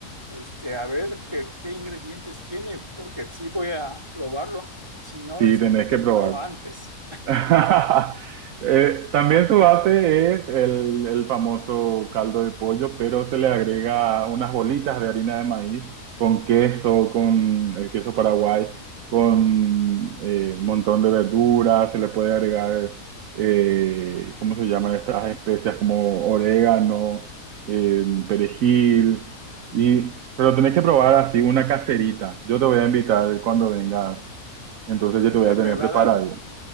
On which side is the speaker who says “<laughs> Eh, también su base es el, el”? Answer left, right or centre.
Right